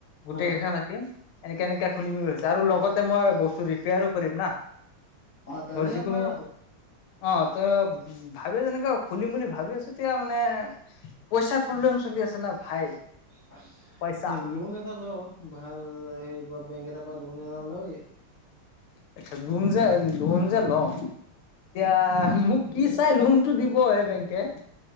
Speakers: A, on the left; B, on the left.
A: গোটেই
B: অ
A: কেইখন ৰা এনেকে এনেকে খুলিম বুলি ভাবিছো আৰু লগতে মই বস্তু ৰিপেয়াৰো কৰিম না
B: অ <unintelligible>
A: ধৰ যিকোনো
B: তো
A: অ ত ভাবি যেনেকে খুলিম বুলি ভাবি আছো তেতিয়া মানে পইচাৰ প্ৰব্লেম চলি আছে না ভাই
B: <inaudible>
A: পইচা
B: হেই লোন এটা ল, ভা ভাল হেই বা বেংক এটাৰ পৰা লোন এটা লৈ
A: আটচা, লোন যে লোন যে লওঁ, এতিয়া মোক কি চাই লোনটো দিব হে বেংকে?